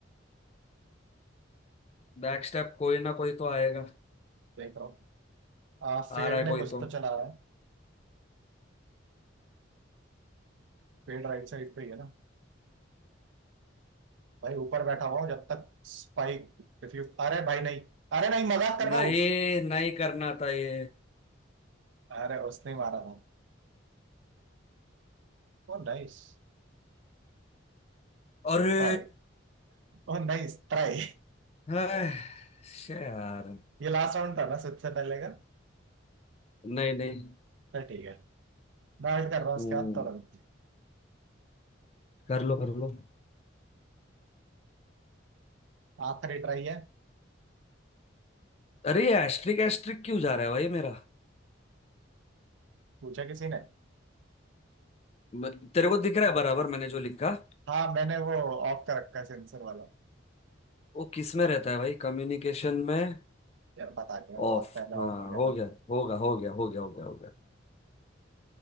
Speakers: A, on the left (about 30°); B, on the right (about 70°).
A: बैक स्टेप कोई ना कोई तो आएगा
B: देख रहा हूँ आ, फेड
A: आ रहा है
B: ने
A: कोई
B: कुछ
A: तो
B: तो चला है फेड राइट साइड पे ही है ना भाई ऊपर बैठा हुआ हूँ जब तक स्पाइक रिफ्यूज अरे भाई नहीं अरे नहीं मजाक कर रहा
A: नहीं
B: हूँ
A: नहीं करना था ये
B: अरे उसने ही मारा था ओ नाइस
A: अरे
B: ट्राई ओ नाइस ट्राई <laughs>
A: है, शे यार
B: ये लास्ट राउंड था ना सबसे पहले का
A: नहीं नहीं
B: तो ठीक है डाइट कर रहा हूँ
A: हम्म
B: उसके बाद तुरंत
A: कर लो कर लो
B: आखिरी ट्राई है
A: अरे ये एस्ट्रिक एस्ट्रिक क्यों जा रहा है भाई मेरा
B: पूछा किसी ने
A: म- तेरे को दिख रहा है बराबर मैंने जो लिखा
B: हाँ मैंने वो ऑफ कर रखा है सेंसर वाला
A: वो किस में रहता है भाई कम्युनिकेशन में
B: यार बता दिया मैं बहुत
A: ऑफ
B: पहले ऑफ
A: हाँ
B: किया
A: हो
B: था
A: गया होगा हो गया हो गया हो गया हो गया